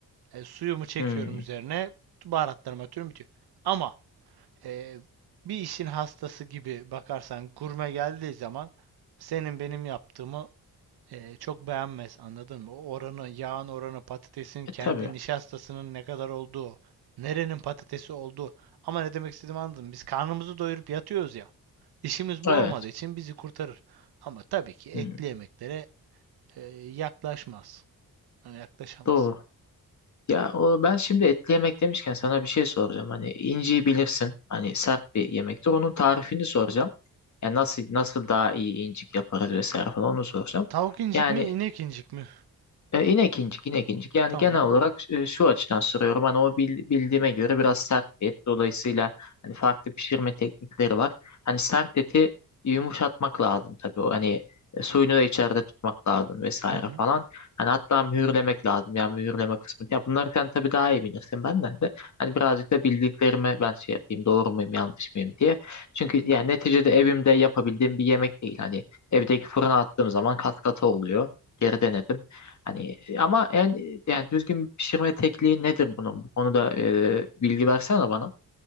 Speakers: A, on the right (about 85°); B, on the left (about 50°).
A: E, suyumu çekiyorum
B: Hmm.
A: üzerine. Baharatlarımı atıyorum bitiyor. Ama e, bir işin hastası gibi bakarsan gurme geldiği zaman senin benim yaptığımı e, çok beğenmez anladın mı? O oranı, yağın oranı, patatesin
B: E,
A: kendi
B: tabii.
A: nişastasının ne kadar olduğu, nerenin patatesi olduğu. Ama ne demek istediğimi anladın mı? Biz karnımızı doyurup yatıyoruz ya. İşimiz bu
B: Evet.
A: olmadığı için bizi kurtarır. Ama tabii ki etli
B: Hmm.
A: yemeklere e, yaklaşmaz. Yani yaklaşamaz.
B: Doğru. Ya o ben şimdi etli yemek demişken sana bir şey soracağım. Hani inciyi bilirsin. Hani sert bir yemektir. Onun tarifini soracağım. Yani nasıl nasıl daha iyi incik yaparız vesaire falan onu soracağım.
A: Tavuk incik
B: Yani
A: mi, inek incik mi?
B: e, inek incik, inek Yani
A: Tamam.
B: genel olarak ş- e, şu açıdan soruyorum. Hani o bil- bildiğime göre biraz sert bir et. Dolayısıyla hani farklı pişirme teknikleri var. Hani sert eti yumuşatmak lazım tabii. O hani e, suyunu da içeride tutmak lazım vesaire
A: Hı hı.
B: falan. Hani hatta mühürlemek lazım. Yani mühürleme kısmı. Ya bunları sen tabii daha iyi bilirsin benden de. Hani birazcık da bildiklerimi ben şey yapayım. Doğru muyum, yanlış mıyım diye. Çünkü yani neticede evimde yapabildiğim bir yemek değil. Hani evdeki fırına attığım zaman kat kata oluyor. Geri denedim. Hani ama en yani düzgün bir pişirme tekniği nedir bunun? Bu konuda e, bilgi versene bana.